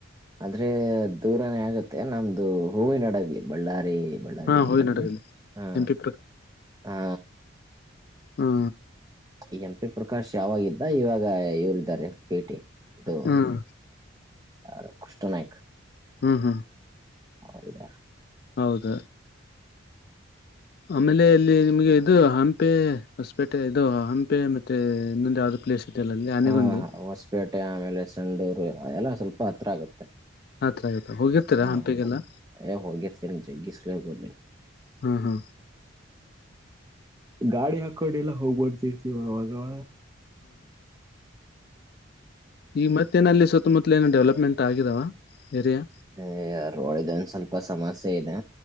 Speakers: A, on the right; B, on the left.
A: ಅಂದ್ರೆ ದೂರನೇ ಆಗತ್ತೆ ನಮ್ದು ಹೂವಿನೊಡಗ್ಲಿ ಬಳ್ಳಾರಿ ಬಳ್ಳಾರಿ
B: ಹಾ
A: ಇದ್ರಲ್ಲಿ
B: ಹೋಗಿನಡಗಲ್ಲಿ
A: ಹಾ
B: ಎಂ ಪಿ
A: ಹಾ
B: ಹಾ
A: ಈ ಎಂ ಪಿ ಪ್ರಕಾಶ್ ಯಾವಾಗಿದ್ದ ಇವಾಗ ಇವರಿದ್ದಾರೆ ಭೇಟಿ ಇದು
B: ಹ್ಮ್
A: ಆ ಕೃಷ್ಣ ನಾಯಕ
B: ಹಾ ಹಾ
A: ಹೌೌದಾ
B: ಹೌದ ಆಮೇಲೆ ಇಲ್ಲಿ ನಿಮ್ಗೆ ಇದು ಹಂಪೆ ಹೊಸಪೇಟೆ ಇದು ಹಂಪೆ ಮತ್ತೆ ಇನ್ನೊಂದು ಯಾವ್ದು ಪ್ಲೇಸ್ ಇದೆಯಲ್ಲ ಅಲ್ಲಿ ಆನೆಗುಂದಿ
A: ಹಾ ಹೊಸಪೇಟೆ ಆಮೇಲೆ ಸಂಡೂರು ಅದೆಲ್ಲ ಸ್ವಲ್ಪ ಹತ್ರ ಆಗುತ್ತೆ
B: ಹತ್ರ ಆಗತ್ತ ಹೋಗಿರ್ತೀರಾ
A: ಹಾ
B: ಹಂಪಿಗೆಲ್ಲ
A: ಎಗ ತಿ ಜ ಗಿಸಲ ಬ
B: ಹಾ ಹಾ
A: ಗಾಡಿ ಹಾಕೊಂಡ ಎಲ್ಲ ಹೋಗ್ಬಡ್ತಿರ್ತಿವ ಅವಾಗವ
B: ಈ ಮತ್ತ ಮುತ್ತ ಮುತ್ತ ಏನೋ ಡೆವಲಪ್ಮೆಂಟ್ ಆಗಿದಾವ ಏರಿಯಾ
A: ಹ ರೋಡ್ ಇದ ಒಂದ ಸ್ವಲ್ಪ ಸಮಸ್ಯೆ ಇದೆ